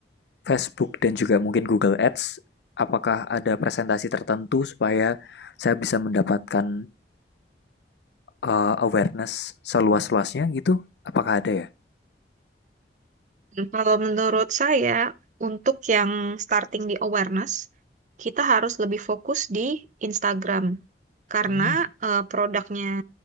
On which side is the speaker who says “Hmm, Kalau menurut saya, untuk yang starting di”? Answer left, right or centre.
Right